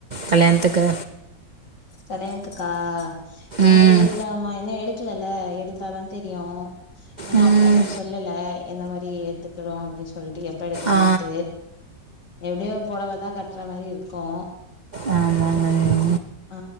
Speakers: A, on the right; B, on the left.
A: கல்யாணத்துக்கு
B: கல்யாணத்துக்கா இன்னு
A: ம்
B: தெரிலாமா இன்னு எடுக்குலல எடுத்தாதா தெரியு இன்னு
A: ம்
B: அப்பா எதுவு சொல்லல எந்த மாரி ஏத்துக்குறோ அப்டி சொல்ட்டு எ ப்ப எடுக்கலான்ட்டு
A: ஆ
B: எப்டியு பொடவதா கட்ற மாரி இருக்கு
A: ஆமாங்கண்ணி
B: அ